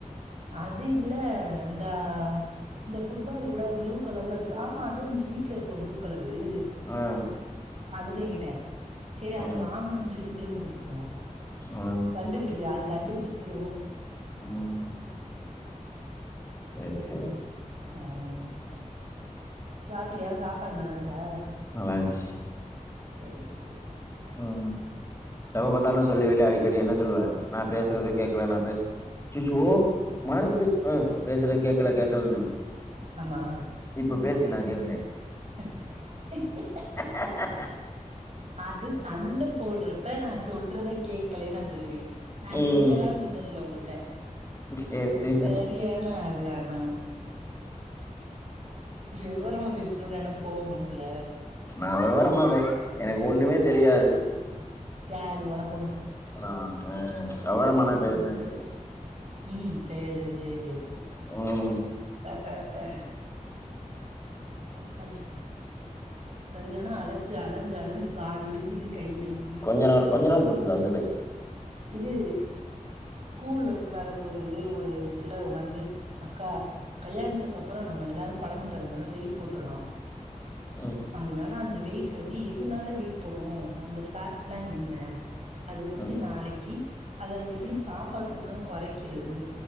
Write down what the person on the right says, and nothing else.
அது இல்ல இந்த இந்த ஃபுட்பால் கூட ப்ளூ கலர்ல வச்சு ஆமா அதா இங்க வீட்ல இருக்கோ ப்ளூ கலரு
அதுதே கேட்ட சேரி
அத வாங்கனோன்னு சொல்லி திரும்ப குடுத்துருவோ
கண்டுபிடிக்குதா அது கண்டுபிடிச்சிரு
ம் சாப்ட்டியா சாப்பாடு நல்லா இருந்ச்சா
சேரி சே
ஆமா
ஹ
அது சண்ட போடுறப்ப நா சொல்றத கேக்கலனு நா சொல்லுவே நா
இதெல்லா சொன்னது இல்ல உங்கள்ட்ட
சரியான ஆளு ஆனா விவரமா பேசுறோம்னு நெனப்போ மனசுல
யாரு உனக்
ம்
ம் சேரி சேரி சேரி சேரி
அ அ அப்பாடி சரியானா அலைச்ச அலஞ்சி அலஞ்சி கால் வலிக்குது கை வலிக்குது
இது ஸ்கூல்ல இருந்து வரும்போது ஒரு பிள்ள வந்து அக்கா கல்யாணத்துக்கு அப்பறோ நம்ம எல்லாரு கொழந்த பிறந்தோன வெயிட் போட்டுட்றோ
அதனால அந்த வெயிட் வந்து எதுனால வெயிட் போடுறோ அந்த டக்னா இல்ல அதுக்கு வந்து
நாளைக்கு அத எப்பிடி சாப்பாட்டு முன்ன கொறைக்கிறது